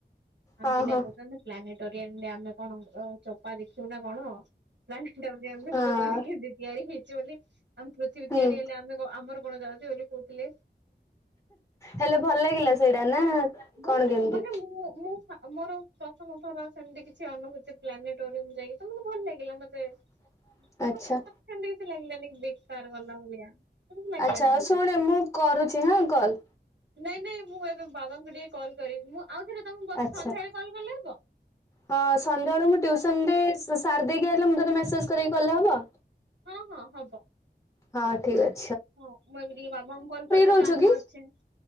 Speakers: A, on the right; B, on the left.
A: ଆମ
B: ହଁ
A: ପିଲା
B: ହଁ
A: କହୁଛନ୍ତି ପ୍ଲାନେଟୋରିୟମ୍ ରେ ଆମେ କଣ ଚୋପା ଦେଖିବୁ ନା କଣ? <unintelligible>
B: ହଁ
A: ପୃଥିବୀ କେମିତି ତିଆରି ହେଇଛି ବୋଲି, ଆମ ପୃଥିବୀ
B: ହୁଁ
A: ତିଆରି ହେଲା ଦେଖ ଆମର କଣ ଯାଉଚି ବୋଲି କହୁଥିଲେ।
B: ହେଲେ ଭଲ ଲାଗିଲା ସେଇଟା ନା?
A: ଭଲ
B: କଣ କେମିତି
A: ମାନେ ମୁଁ ମୁଁ ଆଉ ମୋର ପ୍ରଥମ ଥର ସେମିତି କିଛି ଅନୁଭୂତି ପ୍ଲାନେଟୋରିୟମ୍ ଯାଇକି ତ ମତେ ଭଲ ଲାଗିଲା ମତେ।
B: ହ ଆଚ୍ଛା।
A: ମତେ ସେମିତି କିଛି ଲାଗିଲାନି। ବେକାର ଗଲା ଭଳିଆ, ଲାଗିଲାନି
B: ଆଚ୍ଛା ଆଉ
A: ମତେ।
B: ଶୁଣେ ମୁଁ କରୁଛି ହଁ କଲ୍
A: ନାଇଁ ନାଇଁ ମୁଁ ଏବେ ବାବାଙ୍କୁ ଟିକେ କଲ୍ କରିବି। ମୁଁ ଆଉ ଥରେ ତମକୁ ବ
B: ଆଚ୍ଛା
A: ସନ୍ଧ୍ୟ ବେଳେ କଲ୍ କଲେ ହବ?
B: ହଁ ସନ୍ଧ୍ୟାଆଳୁ ମୁଁ ଟ୍ୟୁସନ୍ ରେ ସାରି ଦେଇକି ଆଇଲେ, ମୁ ତତେ ମେସେଜ୍ କରିକି କଲେ ହେବ?
A: ହଁ ହଁ ହବ।
B: ହଁ ଠିକ୍ ଅ
A: ହଁ ମୁଁ ଏବେ ଟିକେ ବାବାଙ୍କୁ କଲ କରିବି
B: ରହୁଛୁ
A: କାମ
B: କି
A: ଅଚ୍ଛି